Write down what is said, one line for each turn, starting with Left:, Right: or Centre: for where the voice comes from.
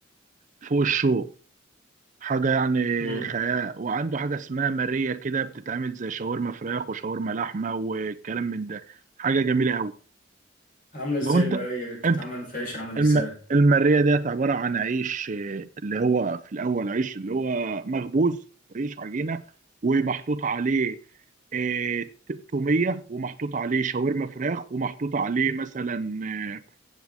Right: فوق الشو حاجة يعني
Left: امم
Right: خيال وعنده حاجة اسمها مارية كده بتتعمل زي شاورما فراخ وشاورما لحمة والكلام من ده حاجة جميلة أوي
Left: عاملة ازاي
Right: لو أنت
Left: المارية دي بتتعمل
Right: أنت
Left: في عيش عامل ازاي؟
Right: الم... المارية ديت عبارة عن عيش آه، اللي هو في الأول عيش اللي هو مخبوز عيش عجينة ومحطوط عليه آه، تومية ومحطوط عليه شاورما فراخ ومحطوط عليه مثلا آه،